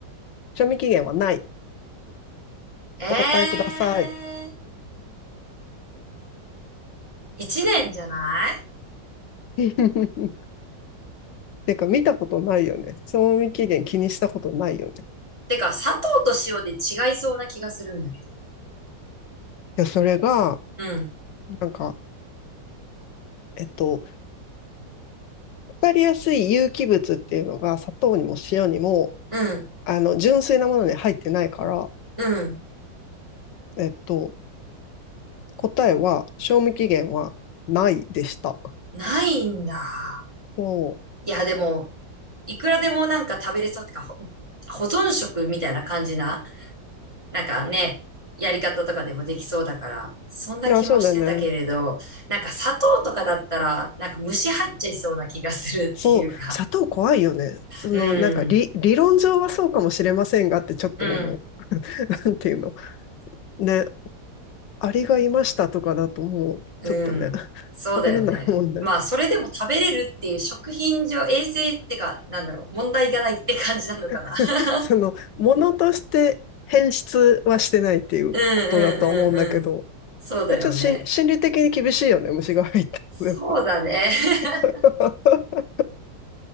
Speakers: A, on the left; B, on the right.
A: 賞味期限はない。
B: う。えー。
A: お答えください。
B: 一年じゃない
A: <laughs> てか、見たことないよね。賞味期限気にしたことないよね。
B: てか、砂糖と塩で違いそうな気がするんだけど
A: いや、それが、
B: うん。
A: なんか、えっと、わかりやすい有機物っていうのが砂糖にも塩にも、
B: うん、
A: あの、純粋なものに入ってないから、
B: うん。
A: えっと、答えは、賞味期限はないでした。
B: ないんだ。
A: そ
B: いや、でも、いくらでもなんか食べれそうってか、ほ保存食みたいな感じな、なんかね、やり方とかでもできそうだから、そんな気もしてたけれど、
A: う。あ、そうだよね。
B: なんか砂糖とかだったら、なんか虫入っちゃいそうな気がするっていうか。
A: そう。砂糖怖いよね。その、
B: うん、
A: なんか理、理論上はそうかもしれませんがってちょっと思う。
B: うん。
A: <laughs> なんていうの。ね。アリがいましたとかだともう、
B: うん。
A: ちょっとね、
B: そうだよね。
A: 食べれないもんね。
B: まあ、それでも食べれるっていう食品上、衛生ってか、なんだろう、問題がないって感じなのかな。
A: <laughs>
B: <laughs>
A: その、ものとして変質はしてないっていうことだと思うんだけど、
B: うんうんうんうん。そうだよね。
A: まあちょっとしん心理的に厳しいよね、虫が入ったら。
B: そうだね。<laughs>
A: <laughs>